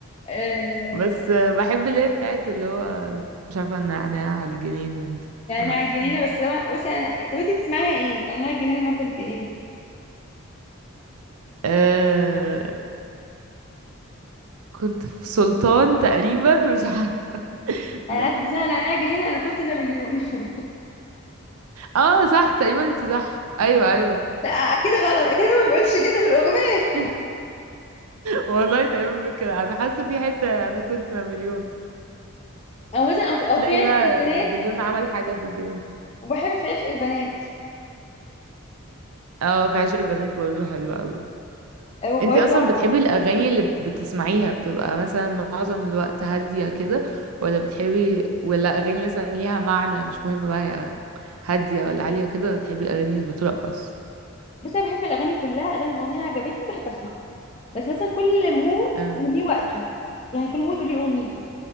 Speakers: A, on the left (about 30°); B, on the right (about 85°).
A: آه...
B: بس آه، بحب اللي هي بتاعت اللي هو مش عارفة النعناع على الجنينة دي
A: نعناع
B: ما اعرفش
A: الجنينه
B: ما هي
A: بس طبعا بصي انا طب انت بتسمعيها ايه نعناع الجنينه انا كنت ايه
B: آه كنت في سلطان تقريبا مش عارفة <laughs> نعناع
A: انا أنا كنت بسمع نعناع الجنينه انا كنت نابليون <laughs>
B: اه صح تقريبا انتي صح ايوه ايوه
A: لا اكيد غلط اكيد هو ما بيقولش كده في الاغنيه
B: <laughs> والله تقريبا بيقول كده انا حاسة في حتة انا كنت نابليون
A: او مثلا او في أو
B: تلاقي
A: في عشق
B: بقى
A: البنات
B: نابليون عمل حاجة في الجنينة
A: وبحب في عشق البنات
B: اه في عشق البنات برضه حلو قوي
A: آه، وبرضه
B: انتي اصلا بتحبي الاغاني اللي بتسمعيها بتبقى مثلا معظم الوقت هادية كده ولا بتحبي ولا اغاني مثلا ليها معنى مش مهم بقى هي هادية ولا عالية وكده ولا بتحبي الاغاني اللي بترقص
A: بس انا بحب الاغاني كلها ادام الاغنيه عجبتني بحب اسمعها بس مثلا كل مود
B: اه
A: وليه وقته يعني كل مود وليه اغنيته